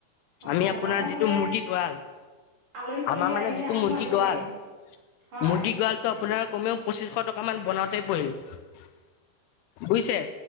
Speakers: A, on the right; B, on the left.
A: হয়
B: আমি
A: হয়
B: আপোনাৰ
A: ডাঙৰ
B: যিটো
A: হ'লে
B: মুৰ্গী গোৱাল
A: আলহী চালহী
B: আমাৰ মানে
A: আহিলে
B: যিটো
A: আমিও
B: মুৰ্গী
A: আনিব
B: গৰাাল
A: পাৰিম হয়
B: মুৰ্গী গড়াল ত আপোনাৰ কমেও পঁচিশ টকা মান বনাওঁতেই পৰিল বুজিছে।